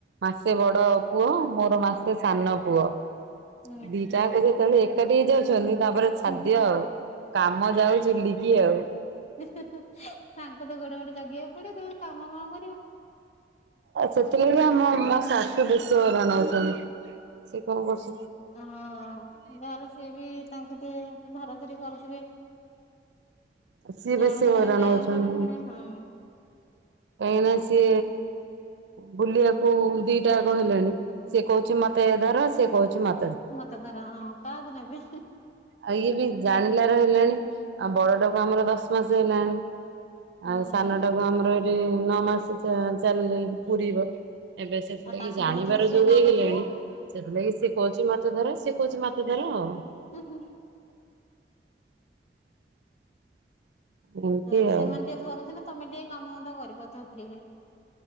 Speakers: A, on the right; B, on the left.
A: ମାସେ ବଡ ପୁଅ ମୋର ମାସେ ସାନ ପୁଅ
B: ହୁଁ
A: ଦିଟା ଙ୍କ ଯେତେଳେ ଏକାଠି ହେଇ ଯାଉଛନ୍ତି ତାପରେ ଖାଦିଅ
B: ହୁଁ
A: ଆଉ କାମ ଯାଉ ଚୁଲିକି ଆଉ।
B: ସାଙ୍ଗ ତ ଗୋଟେ ଗୋଟେ ଜଗେଇିବାକୁ ପଡିବ ତମେ କାମ କଣ କର
A: ସେଥିଲାଗି ଆମ ମା ସାଶୁ ବେଶୀ ହଇରାଣ ହୋଉଛନ୍ତି। ସେ କଣ କରୁଛ
B: ହଁ ଯହେଲେ ସିଏ ବି ତାଙ୍କୁ ଟିକେ ଧରା ଧରି କରୁଥିବେ
A: ସିଏ
B: ଜଣଙ୍କ
A: ବେଶୀ ହଇରାଣ
B: ଧରିଲେ ଆଉ
A: ହଉଛନ୍ତି
B: ଜଣେ ପୁଣି ହଁ
A: କାହିଁକି ନା ସେ ବୁଲିବାକୁ ଦିଟା କହିଲେଣି ସେ କହୁଛି ମାତା ଧାରା ସେ କହୁଛି ମା
B: ମତେ ଧର ହଁ କାହାକୁ ନେବେ
A: ଆଉ ଇଏ ବି ଜାଣିଲାର ହେଲାଣି ଆଉ ବଡଟାକୁ ଆମର ଦଶ ମାସ ହେଲାଣି।
B: ହୁଁ।
A: ଆଉ ସାନ ଟାକୁ ଆମର ଏଇଠି ନଅ ମାସ ଚାଲିକି ପୁରୁରିବ। ଏବେ ସେଥିଲାଗି
B: ଆଉ ତାକୁ
A: ଜାଣିବାର
B: ନଉଥିଲେ ସିଏ
A: ଯୋଉ
B: କାନ୍ଦୁଥିବ
A: ହେଇଗଲେଣି ସେଥିଲାଗି କିି ସେି କହୁଛି ମାଛ ଧର ସିଏ କହୁଛି ମାଛ ଧର ଆଉ।
B: ହୁଁ ହୁଁ
A: ଏମିତି
B: ତ ସେମାନେ
A: ଆଉ।
B: ଟିକେ ଧରୁଥିଲେ ତମେ ଟିକେ କାମ ଧନ୍ଦା କରିବ ଫ୍ରିରେ।